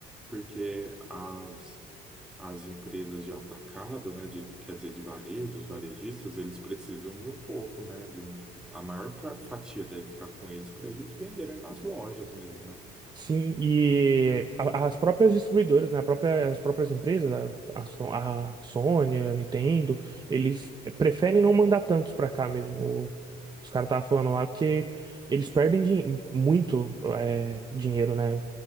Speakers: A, in the centre; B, on the right.
A: porque as, as empresas de atacado, né, de, quer dizer, de varejo, os varejistas, eles precisam de um pouco, né, de um, a maior pa- fatia deve ficar com eles para eles venderem nas lojas mesmo, né?
B: Sim, e a- as próprias distribuidoras, né, a própria, as próprias empresas, a, a So- a Sony, a Nintendo, eles preferem não mandar tantos pra cá mesmo. O- Os caras estavam falando lá que eles perdem din- muito é, dinheiro, né,